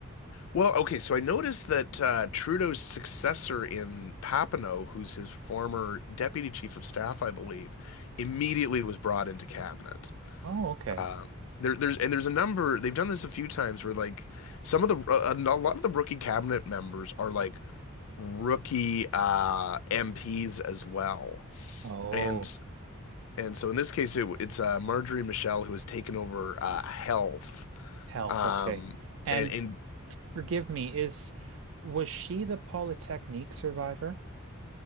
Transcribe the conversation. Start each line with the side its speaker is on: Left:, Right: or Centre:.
Left: Well, okay, so I noticed that uh, Trudeau's successor in Papineau, who's his former deputy chief of staff, I believe, immediately was brought into cabinet.
Right: Oh, okay.
Left: Um, there, there's and there's a number. They've done this a few times where like some of the uh, a lot of the rookie cabinet members are like rookie uh, MPs as well,
Right: Oh,
Left: and and so in this case it, it's uh, Marjorie Michelle who has taken over uh, health.
Right: health,
Left: Um,
Right: okay. And
Left: and, and
Right: forgive me, is was she the Polytechnique survivor?